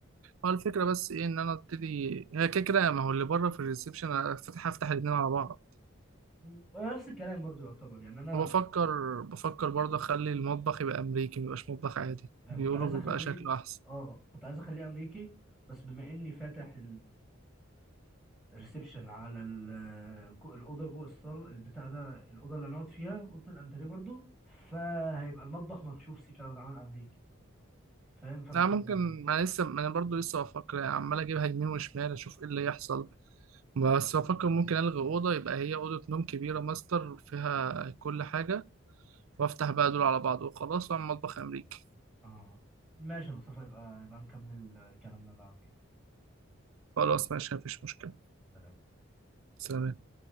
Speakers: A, on the right; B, in the centre.
A: هو الفكرة بس ايه ان انا ابتدي هي كده كده ما هو اللي بره في الريسبشن أنا هفتح هفتح الاتنين على بعض
B: مم. نفس الكلام برضو يعتبر يعني أنا
A: وبفكر بفكر برضه اخلي المطبخ يبقى امريكي ميبقاش مطبخ عادي
B: انا
A: بيقولوا
B: كنت عايز
A: بيبقى
B: اخليه
A: شكله احسن
B: اه كنت عايز اخليه امريكي بس بما اني فاتح الريسبشن على ال- جو- الاوضه جوه الصاله البتاع ده الاوضه اللي هنقعد فيها اوضه الانتريه برضو فهيبقى المطبخ مكشوف سيكا لو اتعمل امريكي فاهم فانا
A: انا
B: مش
A: ممكن
B: عايز اعمل ده
A: ما أنا لسه ما انا برضه لسه بفكر يعني عمال اجيبها يمين وشمال اشوف ايه اللي يحصل بس بفكر ممكن الغي اوضه يبقى هي اوضه نوم كبيره ماستر فيها كل حاجه وافتح بقى دول على بعض وخلاص واعمل مطبخ امريكي
B: اه ماشي يا مصطفى يبقى يبقى نكمل كلامنا بعدين
A: خلاص ماشي مفيش مشكله
B: سلام
A: سلام